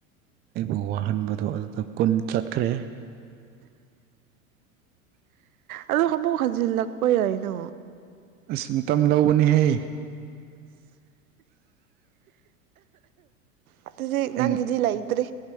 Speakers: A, on the right (about 25°); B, on the right (about 80°).
A: ꯑꯩꯕꯨ ꯋꯥꯍꯟꯕꯗꯣ ꯑꯗꯨꯗ ꯀꯨꯟ ꯆꯠꯈ꯭ꯔꯦ
B: ꯑꯂ ꯍꯃꯨꯛ ꯍꯖꯤꯜꯂꯛꯄ ꯌꯥꯏꯅ
A: ꯑꯁ ꯃꯇꯝ ꯂꯧꯕꯅꯦꯍꯦ
B: ꯑ ꯑꯗꯤ ꯅꯪꯤꯗꯤꯂ
A: ꯑꯩꯉꯣꯟ
B: ꯏꯇꯦ